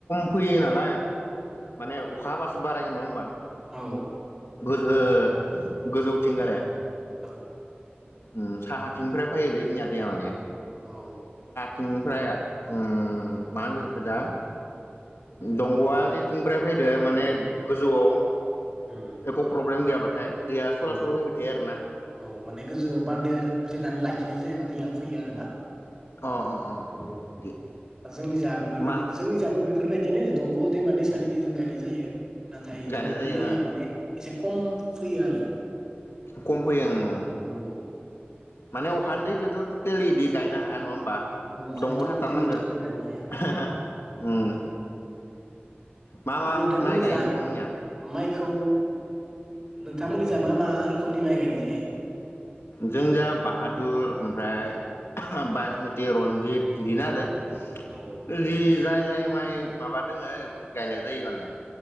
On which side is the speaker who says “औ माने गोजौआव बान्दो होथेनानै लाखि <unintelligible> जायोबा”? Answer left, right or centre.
Right